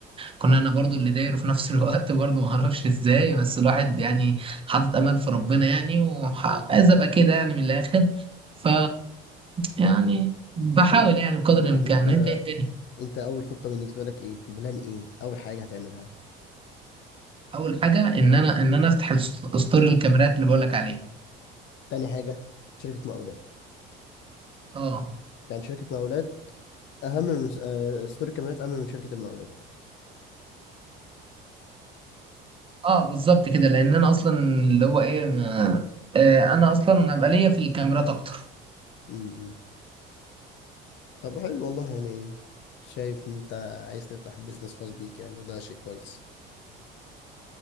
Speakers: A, on the right (about 25°); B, on the left (about 60°).
A: كنا انا برضو اللي دايره في نفس الوقت <laughs> برضو ما اعرفش ازاي بس الواحد يعني حاطط امل في ربنا يعني وعايز
B: مم.
A: ابقى كده يعني من الاخر ف يعني بحاول
B: طب انت
A: يعني بقدر الامكان
B: يعني انت
A: انت إيه الدنيا
B: انت اول خطة بالنسبة لك ايه بلان ايه اول حاجة هتعملها
A: اول حاجه ان انا ان انا افتح الست- ستور الكاميرات اللي بقولك عليه
B: تاني حاجة شركة مقاولات
A: اه
B: يعني شركة مقاولات اهم من آه، ستور كاميرات اهم من شركة المقاولات
A: اه بالظبط كده لان انا اصلا اللي هو ايه ما- آه انا اصلا ابقى ليا في الكاميرات اكتر
B: امم طب حلو والله يعني شايف ان انت عايز تفتح بيزنس خاص بيك يعني وده شيء كويس